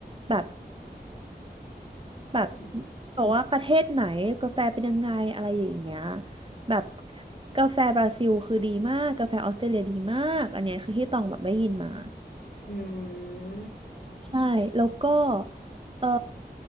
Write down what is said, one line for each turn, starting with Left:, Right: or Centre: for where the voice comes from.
Right: แบบ แบบ
Left: อืม
Right: บอกว่าประเทศไหนกาแฟเป็นยังไงอะไรอย่างเงี้ยแบบกาแฟบราซิลคือดีมากกาแฟออสเตรเลียดีมากอันเนี้ยคือที่ตองแบบได้ยินมา
Left: อืม
Right: ใช่แล้วก็เออ